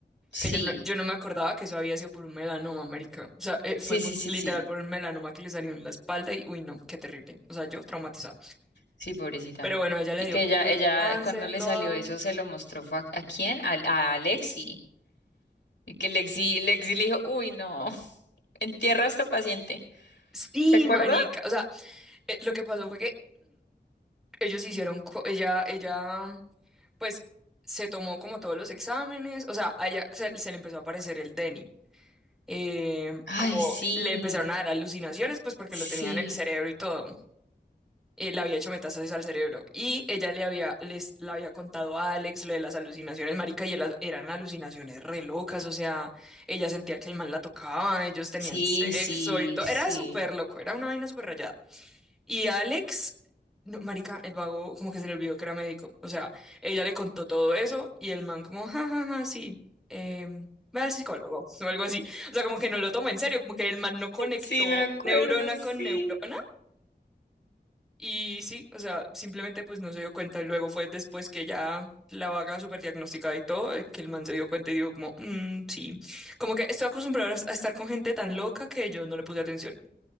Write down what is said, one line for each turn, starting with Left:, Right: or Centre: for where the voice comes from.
Left: Sí.
Centre: Que yo no, yo no me acordaba que eso había sido por un melanoma, marica. O sea, eh,
Left: Sí,
Centre: fue por-
Left: sí, sí,
Centre: literal
Left: sí.
Centre: por un melanoma que le salió en la espalda y, uy, no, qué terrible. O sea, yo traumatizado.
Left: Sí, pobrecita.
Centre: Pero bueno, a ella le
Left: Y
Centre: dio
Left: que ella,
Centre: el
Left: ella,
Centre: cáncer,
Left: cuando le
Centre: todo.
Left: salió eso, se lo mostró fue a, ¿a quién? A, a Lexi. Y que Lexi, Lexi le dijo, uy, no. Entierra a esta paciente.
Centre: Sí,
Left: ¿Se acuerda?
Centre: marica. O sea, eh, lo que pasó fue que ellos hicieron, co- ella, ella pues se tomó como todos los exámenes, o sea, a ella se, se le empezó a aparecer el Denny. Eh, como
Left: Ay, sí,
Centre: le empezaron a dar alucinaciones, pues porque
Left: sí,
Centre: lo tenía en el cerebro y todo. Eh, le había hecho metástasis al cerebro y ella le había, les, le había contado a Alex lo de las alucinaciones, marica, y elas- eran alucinaciones re locas, o sea, ella sentía que el man la tocaba, ellos tenían
Left: sí,
Centre: sexo
Left: sí,
Centre: y todo,
Left: sí.
Centre: era súper loco, era una vaina súper rayada. Y Alex, no, marica, el vago como que se le olvidó que era médico. O sea, ella le contó todo eso y el man como, ja, ja, ja, sí, em, ve al psicólogo <laughs> o algo así. O sea, como que no lo tomó en serio, como que el man no conectó
Left: Sí, me acuerdo,
Centre: neurona
Left: sí.
Centre: con neurona. Y sí, o sea, simplemente pues no se dio cuenta. Y luego fue después que ya la vaga súper diagnosticada y todo, eh, que el man se dio cuenta y dijo como, "Mm, sí, como que estoy acostumbrado a estar con gente tan loca que yo no le puse atención.